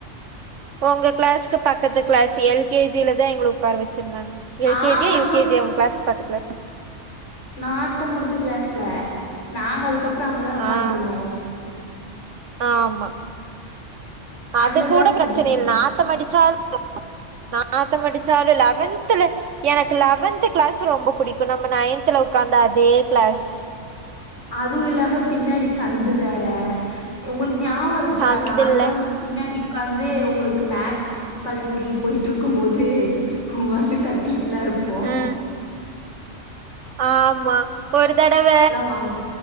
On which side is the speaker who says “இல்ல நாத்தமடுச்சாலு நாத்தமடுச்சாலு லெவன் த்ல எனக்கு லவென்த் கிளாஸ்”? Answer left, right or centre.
Right